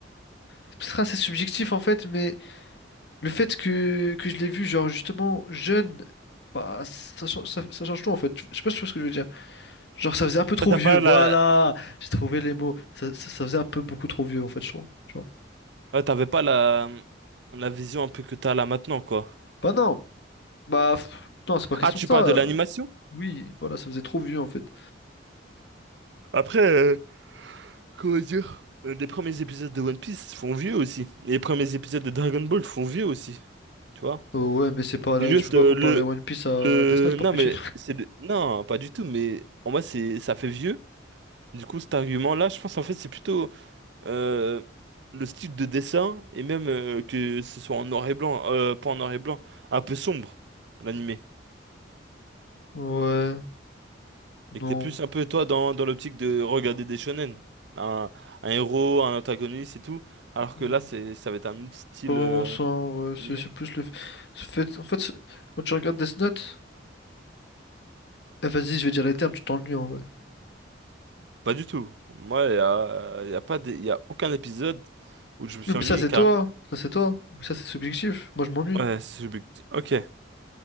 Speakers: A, on the left; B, on the right.
A: c'est peut-être assez subjectif, en fait, mais le fait que, que je l'ai vu, genre, justement, jeune, bah, ça, change ça- ça change tout, en fait. Je sais pas si tu vois ce que je veux dire. Genre, ça faisait un peu trop
B: Ouais, T'as
A: vieux,
B: pas
A: voilà.
B: la,
A: J'ai trouvé les mots. Ça, ça- ça faisait un peu beaucoup trop vieux, en fait, je trouve. Tu vois.
B: ouais, t'avais pas la la vision un peu que t'as là maintenant quoi.
A: Bah non, bah pff, non, c'est pas question
B: Ah, tu
A: de ça.
B: parles de l'animation?
A: Oui, voilà, ça faisait trop vieux, en fait.
B: Après. euh, Comment dire? Euh, Les premiers épisodes de One Piece font vieux aussi. Et les premiers épisodes de Dragon Ball font vieux aussi. Tu vois?
A: Oh, ouais, mais c'est pas là,
B: C'est Juste
A: tu peux pas
B: euh,
A: comparer
B: le,
A: One Piece à
B: le.
A: Death Note, par
B: Non,
A: pitié.
B: mais c'est. le- Non, pas du tout. Mais en moi, c'est ça fait vieux. Du coup, cet argument-là, je pense en fait, c'est plutôt euh, le style de dessin. Et même euh, que ce soit en noir et blanc. euh, pas en noir et blanc. Un peu sombre, l'animé.
A: Ouais, non.
B: Et que t'es plus un peu, toi, dans, dans l'optique de regarder des shonen. Un, un héros, un antagoniste et tout. Alors
A: Hmm,
B: que là, c'est, ça va être un autre style.
A: Pas vraiment
B: euh,
A: ça, ouais. C'est
B: animé.
A: c'est plus le f- c'est fait. En fait, c'est- quand tu regardes Death Note, eh, vas-y, je vais dire les termes, tu t'ennuies, en vrai.
B: Pas du tout. Moi, il y a, y a pas des- y a aucun épisode où je me suis
A: Oui, Mais
B: ennuyé
A: ça, c'est
B: carrément.
A: toi, ça, c'est toi. Mais ça, c'est subjectif. Moi, je m'ennuie.
B: Ouais, c'est- ok.